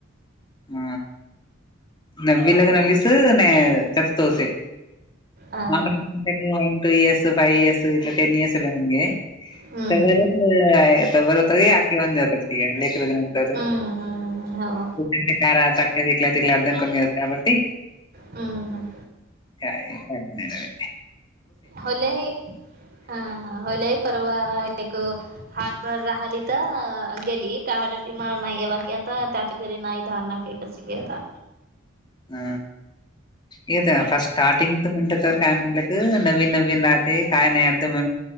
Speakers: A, on the left (about 20°); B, on the right (about 50°).
A: ह नवीलग नलीस न चत तोस
B: अ,
A: व टू इयर्स फाईव इयर्स इ टनी अस मणे तर...
B: हम्म
A: किवा जाताती लेकर म्हत...
B: हम्म हम्म, हो
A: काय राक तिकला अर्दन करून घेत त्यावर...
B: हम्म हम्म.
A: का का मलले..
B: होले हा होले पर्व एकको... हाटभर राहिली तर गेली त्या हटा मला नाही आहे बाकीी आता त्याच्या घरी नाही धारणा का.. अचिक आता..
A: ह येत फ स्टार्टिंग तर म्हणत.... काय म्हटलं क नवीन नवीन राहते काय नाही अर्ध म